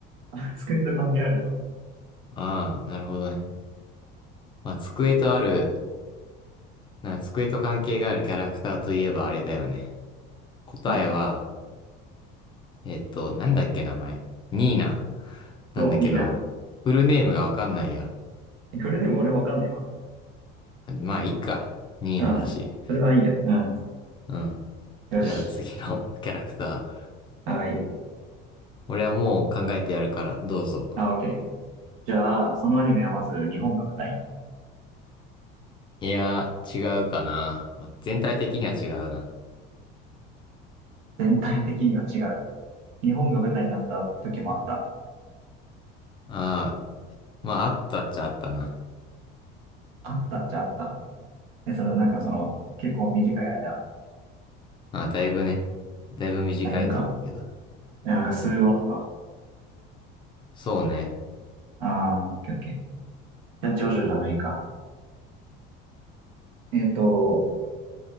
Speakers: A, on the right (about 80°); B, on the left (about 20°).
A: あ、作りと関係あるよ。
B: ああ、なるほどね。まあ、机とある、な、机と関係があるキャラクターといえばあれだよね。答えは、
A: おう。
B: えっと、なんだっけ名前。ニーナ。なんだけど、
A: そう、リーナ。
B: フルネームがわかんないや。
A: これでも俺わかんねえわ。
B: まあ、いいか。ニーナだし。
A: うん。それはいいや。うん。
B: うん。
A: よし。
B: じゃあ次の <laughs> キャラクター。
A: はい。
B: 俺はもう考えてやるから、どうぞ。
A: あ、オッケー。じゃあ、そのアニメはまず日本が舞台。
B: いやー、違うかな。まあ、全体的には違うな。
A: 全体的には違う。日本が舞台になった時もあった。
B: ああ、まあ、あったっちゃあったな。
A: あったっちゃあった。え、その、なんかその、結構短い間。
B: ああ、だいぶね。だいぶ短いと思うけど。
A: だいぶか。えなんか数話とか。
B: そうね。
A: ああ、オッケーオッケー。じゃあ、ジョジョじゃないか。えっと、